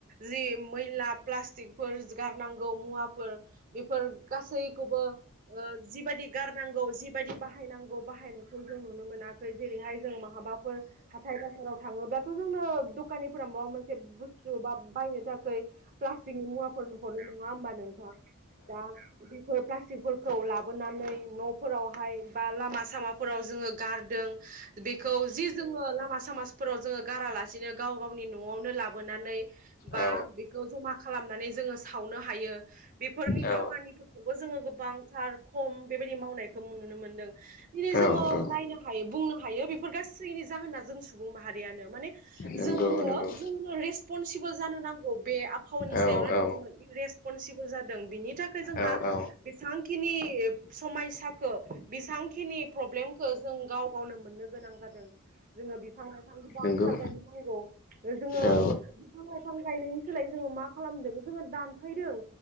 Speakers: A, on the right; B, on the left.
A: जि मैला प्लास्टिकफोर गारनांगौ मुवाफोर बे फोर गासैखौबो जिबायदि गारनांगौ जिबायदि बाहायनांगौ बाहायनायखौ जों नुनो मोनाखै जेरैहाय जों माहा बहाबाफोर हाथाय बाजाराव थांङोबाथ जोंङो दखानिफोरा माबा मोनसे बुस्थु बा बायनो थाखाय प्लास्टिकनि मुवाफोर न हरो नंङा होमबा नोंथाङा दा बिफोर प्लास्टिकफोरखौ लाबोनानै न'फोरावहाय बा लामा सामाफोराव जोङो गारदों। बेखौ जि जोङो लामा सामाजफोराव जोङो गारालासिनो गाव गावनि न'आवनो लाबोनानै बा
B: औ
A: बेखौ जमा खालामनानै जोङो सावनो हायो। बेफोरनि
B: औ
A: खामानिफोरखौबो जोङो गोबांथार खम बेबायदि मावनायखौ नुनो मोनदों। दिनै जोङो
B: औ औ
A: नायनो हायो बुंनो हायो बेफोर गासैनि जाहोना जों सुबुं माहारियानो माने
B: नंगौ
A: जोङो
B: नंगौ
A: जोंनो रेसपनसिबोल जानो नांगौ बे आबहावानि
B: औ
A: सायाव नाथाय
B: औ
A: जोङो रेसपनसि बोल जादों बिनि थाखाय जोंहा
B: औ औ
A: बेसेबांखिनि समायसाखौ बेसांखिनि खिनि प्रब्लेमखौ जों गाव गावनो मोननो गोनां जादों जोङो बिफां लाइफां दानथारदों
B: नंगौ औ
A: नोंगौ जोङो
B: औ नंगौ औ
A: बिफां लाइफां गायनायनि सोलाय जोङो मा खालामदों जोङो दानफायदों